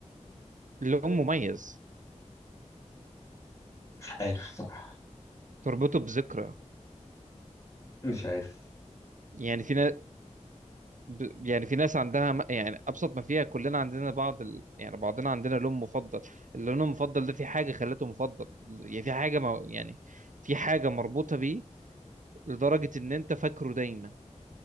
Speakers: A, on the right; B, on the left.
A: اللون مميز
B: مش عارف صراحه
A: تربطه بذكرى
B: مش عارف
A: يعني في ناس ب... يعني في ناس عندها م- يعني ابسط ما فيها كلنا عندنا بعض ال... يعني بعضنا عندنا لون مفضل اللون المفضل ده في حاجه خلته مفضل يعني في حاجه ما... يعني في حاجه مربوطه بيه لدرجه ان انت فاكره دايما